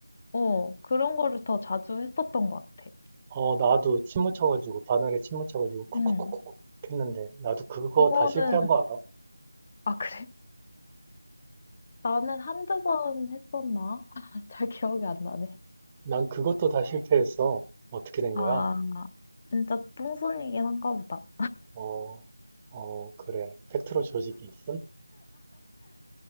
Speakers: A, on the left; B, on the right.
A: 어, 그런 거를 더 자주 했었던 것 같아.
B: 어, 나도 침 묻혀가지고 바늘에 침 묻혀가지고 쿡쿡쿡쿡
A: 응.
B: 했는데 나도 그거
A: 그거는,
B: 다 실패한 거 알아?
A: 아, 그래? <laughs> 나는 한두 번 했었나? <laughs> 잘 기억이 안 나네.
B: 난 그것도 다 실패했어. 어떻게 된
A: 아,
B: 거야?
A: 진짜 똥손이긴 한가 보다.
B: 어, 어, 그래. 팩트로 조직이 있음?